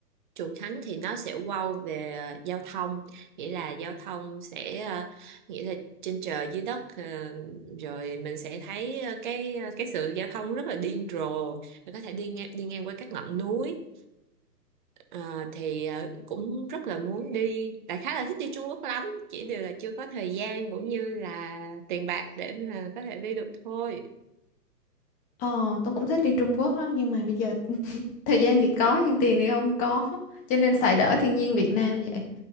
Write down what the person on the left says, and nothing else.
ờ tôi cũng thích đi Trung Quốc lắm nhưng mà bây giờ <laughs> thời gian thì có nhưng tiền thì không có cho nên xài đỡ thiên nhiên Việt Nam vậy